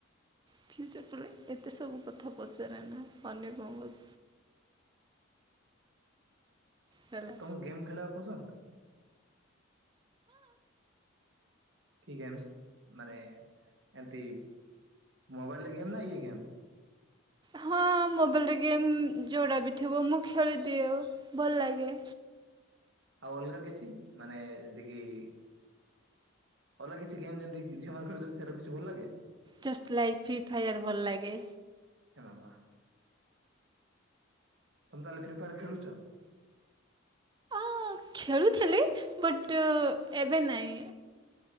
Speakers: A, on the right; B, on the right.
A: ଫ୍ୟୁଚର ପ୍ଲାନ୍ ଏତେ ସବୁ କଥା ପଚାରନା ଅନ୍ୟ କଣ ପଚାର? ହେଲା।
B: ତମକୁ ଗେମ୍ ଖେଳିବା ପସନ୍ଦ? କି ଗେମସ୍ ମାନେ ଏମତି ମୋବାଇଲରେ ଗେମ୍ ନା ଇଏ ଗେମ୍?
A: ହଁ ମୋବାଇଲରେ ଗେମ୍ ଯୋଡା ବି ଥିବ ମୁଁ ଖେଳିଦିଏ ଭଲ ଲାଗେ।
B: ଆଉ ଅଲଗା କିଛି ମାନେ ଯେମତି କିି ଅଲଗା କିଛି ଗେମ୍ ଯେମତି କି ଝିଅମାନେ ଖେଳୁଛନ୍ତି ସେଇଡ଼ା କିଛି ଭଲ ଲାଗେ?
A: ଜଷ୍ଟ ଲାଇକ୍ ଫି ଫାୟାର ଭଲ ଲାଗେ।
B: ଏ ମାମା। ତମେ ତାହେଲେ ଫ୍ରି ଫାୟାର ଖେଳୁଛ?
A: ହଁ ଖେଳୁଥିଲି ବଟ ଏବେ ନାଇଁ।